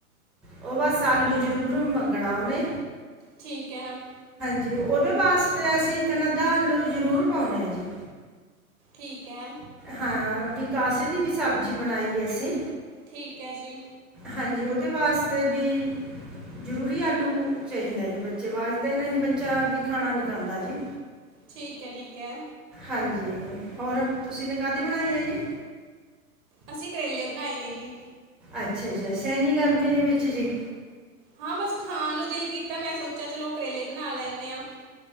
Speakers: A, in the centre; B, on the right (about 40°).
A: ਉਹ ਬਸ ਆਲੂ ਜਰੂਰ ਮੰਗਣਾ ਉਹਨੇ,
B: ਠੀਕ ਹੈ।
A: ਜੀ ਉਹਦੇ ਵਾਸਤੇ ਅਸੀਂ ਇੱਕ ਨੰਦਾ ਆਲੂ ਜ਼ਰੂਰ ਪਾਨੇ ਆਂ ਜੀ।
B: ਠੀਕ ਹੈ।
A: ਹਾਂ ਵੀ ਕਾਸੇ ਦੀ ਵੀ ਸਬਜ਼ੀ ਬਣਾਈ ਏ ਅਸੀਂ
B: ਠੀਕ ਹੈ ਜੀ,
A: ਹਾਂਜੀ ਉਹਦੇ ਵਾਸਤੇ ਵੀ ਜ਼ਰੂਰੀ ਆਲੂ ਚਾਹੀਦਾ ਜੀ ਬੱਚੇ ਵਾਸਤੇ ਨਹੀਂ ਬੱਚਾ ਵੀ ਖਾਣਾ ਨੀ ਖਾਂਦਾ ਜੀ।
B: ਠੀਕ ਹੈ-ਠੀਕ ਹੈ
A: ਹਾਂਜੀ ਹੋਰ ਤੁਸੀਂ ਨੇ ਕਾਹਦੀ ਬਣਾਈ ਹੈ ਜੀ
B: ਅਸੀਂ ਕਰੇਲੇ ਬਣਾਏ ਨੇ ਜੀ।
A: ਅੱਛਾ-ਅੱਛਾ ਸਹਿਨੀ ਗਰਮੀ ਦੇ ਵਿੱਚ ਜੀ।
B: ਹਾਂ ਬਸ ਖਾਣ ਨੂੰ ਦਿਲ ਕੀਤਾ ਮੈਂ ਸੋਚਿਆ ਚਲੋ ਕਰੇਲੇ ਬਣਾ ਲੈਂਦੇ ਆਂ।